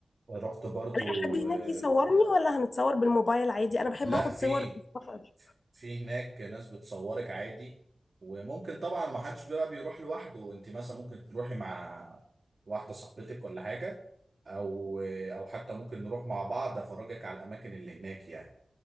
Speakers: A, on the right; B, on the left.
A: رحت برضو
B: الاقي حد هناك
A: آه،
B: يصورني ولا هنتصور بالموبايل عادي انا بحب
A: لا
B: اخد
A: في
B: صور في السفر
A: في هناك ناس بتصورك عادي وممكن طبعا ما حدش بقى بيروح لوحده انت مثلا ممكن تروحي مع واحده صاحبتك ولا حاجه او او حتى ممكن نروح مع بعض افرجك على الاماكن اللي هناك يعني